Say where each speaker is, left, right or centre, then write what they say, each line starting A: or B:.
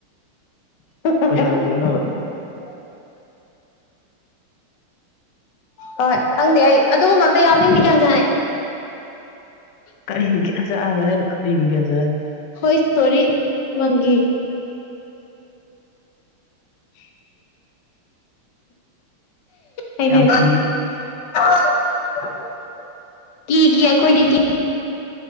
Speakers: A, on the left (about 60°); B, on the left (about 75°).
A: <inaudible>
B: ꯄꯩꯁꯥꯗꯣ ꯀꯣꯛꯅꯕ <unintelligible>
A: ꯍꯣꯏ ꯈꯪꯗꯦ ꯑꯩ ꯑꯗꯨꯒꯨꯝꯕ ꯑꯝꯇ ꯌꯥꯎꯅꯤꯡꯗꯦ ꯀꯌꯥꯁꯥꯏ ꯑꯩ
B: ꯀꯔꯤꯒ ꯆꯥꯗ ꯍ <inaudible> ꯀꯔꯤꯒ ꯆꯥ
A: ꯍꯣꯏ ꯁꯣꯔꯤ ꯋꯥꯪꯒꯤ <inaudible>
B: <unintelligible>
A: ꯑꯩꯅ
B: ꯌꯥꯝ ꯀꯤ
A: <inaudible> ꯀꯤ ꯀꯤ ꯑꯩꯈꯣꯏꯗꯤ ꯀꯤ